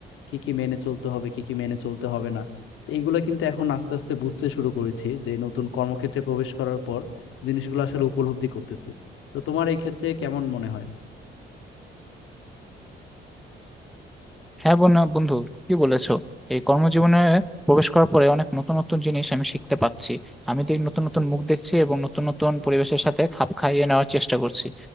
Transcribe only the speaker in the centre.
হ্যাঁ বোন- বন্ধু কি বলেছো এই কর্মজীবনে প্রবেশ করার পরে অনেক নতুন নতুন জিনিস আমি শিখতে পাচ্ছি আমি দেখ নতুন নতুন মুখ দেখছি এবং নতুন নতুন পরিবেশের সাথে খাপ খাইয়ে নেওয়ার চেষ্টা করছি